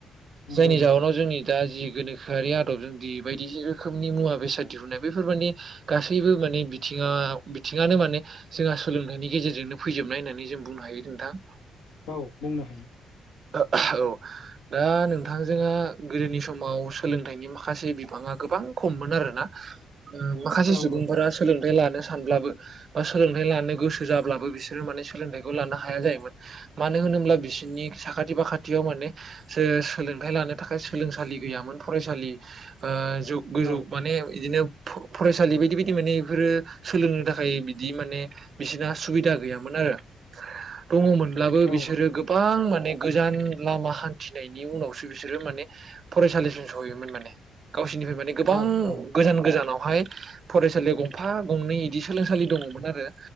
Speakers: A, on the left (about 80°); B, on the right (about 50°).
A: नंगौ
B: जायनि
A: नंगौ
B: जाहोनाव जोंनि <inaudible> दा जि गोनोखोआि आदबजों जि बायदि रोखोमनि मुवा बेसाद दिहुनाय बेफोर मकनि गासैबो मनि बि बिथिङा, बिथिङानो माने जोंहा सोलोंथाइनि गेजेरजोंनो फैजोबनाय होननानै जों- बुंनो हायो नोंथां।
A: औ बुंनो हायो।
B: ओ औ, दा नोंथांजोंहा गोदोनि समाव सोलोंथाइनि माखासे बिफाङा- गोबां खम मोन आरोना, माखासे
A: औ
B: सुबुंफोरा सोलोंनो लानो सानब्लाबो, बा सोलोंथाइ लानो गोसो जाब्लाबो बिसोरो माने सोंथाइख <unintelligible> हाया जाहैयबाय, मानो होनोब्ला बिसोरनि साखाथि फाखाथियाव माने, सो सोलोंथाइ लानो <inaudible> थाखाय सोलोंसालि गैयामोन, फरायसालि ओ,
A: औ
B: <inaudible> माने बिदिनो <inaudible> फरायसालि बायदि बायदि माने बेफोरो सोलोंनो थाखाय बिदि माने बिसोरना सुबिदा गैयामोन आरो - दङमोनब्लाबो
A: औ
B: बिसोरो गोबां माने - गोजान, लामा हान्थिनायनि उनावसो बिसोरो माने, फरायसालिसिम सहैयोमोन माने, गावसोरनिफ्राय माने गोबां,
A: औ औ
B: गोजान गोजानाव- <inaudible> फरायसालियाव गंफा गंनै इदि सोलोंसालि दङमोन आरो-